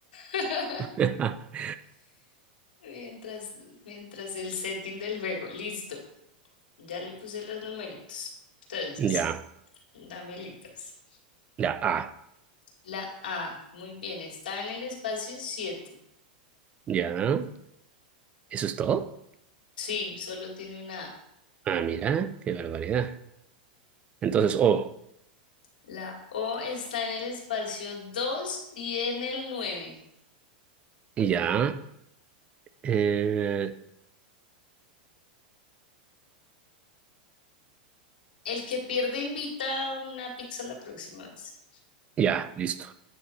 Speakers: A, on the left (about 85°); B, on the right (about 25°).
A: <laughs>
B: <laughs>
A: Mientras, mientras el setting del juego. Listo. Ya le puse los numeritos. Entonces,
B: Ya,
A: dame letras.
B: ya, ah,
A: La A, muy bien, está en el espacio 7.
B: ya, ¿eso es todo?
A: sí, solo tiene una A.
B: Ah, mira, qué barbaridad. Entonces, oh
A: La O está en el espacio 2 y en el nueve.
B: ya, eh,
A: El que pierde invita una pizza la próxima vez.
B: ya, listo.